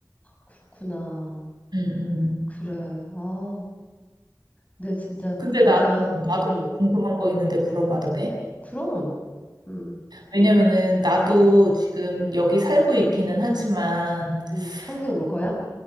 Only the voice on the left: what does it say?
그렇구나.
그래. 아. 근데 진짜
약간
음.
그럼. 음.
음.
음.
음. 한국에 올 거야?